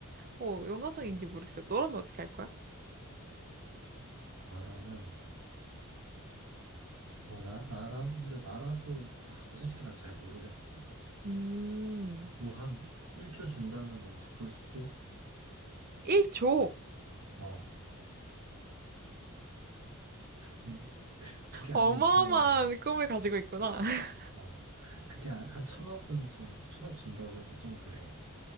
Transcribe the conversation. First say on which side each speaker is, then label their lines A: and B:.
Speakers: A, on the right; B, on the right.
A: 어, 연관성인지 모르겠어. 너라면 어떻게 할 거야?
B: 나라면, 어, 나, 나라, 근데 나라도, 아, 근데 솔직히 난 잘 모르겠어.
A: 음,
B: 뭐 한 1초 준다면은 바꿀 수도?
A: 1조.
B: 어, 근데 그게 아닌
A: 어마어마한
B: 이상은,
A: 꿈을 가지고 있구나. <laughs>
B: 어, 그게 한, 한 천억은 좀, 천억 준다고 해도 좀 그래.